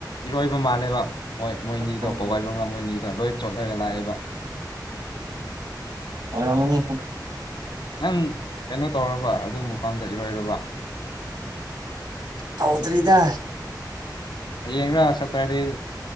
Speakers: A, on the left; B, on the right.
A: ꯏꯔꯣꯏꯕ ꯃꯥꯜꯂꯦꯕ ꯃꯣꯏ ꯃꯣꯏꯅꯤꯗꯣ
B: ꯑꯣ
A: ꯄꯣꯕꯥꯏꯕꯒ ꯃꯣꯏꯅꯤꯗꯣ ꯂꯣꯏ ꯆꯣꯠꯂꯒ ꯂꯥꯛꯑꯦꯕ
B: ꯑꯣꯏꯔꯝꯒꯅꯤ
A: ꯅꯪ ꯀꯩꯅꯣ ꯇꯧꯔꯕ ꯑꯗꯨ ꯃꯐꯝꯗ ꯏꯔꯣꯏꯔꯕ
B: ꯀꯥꯎꯗ꯭ꯔꯤꯗ
A: ꯍꯌꯦꯡꯔꯥ ꯁꯇꯔꯗꯦ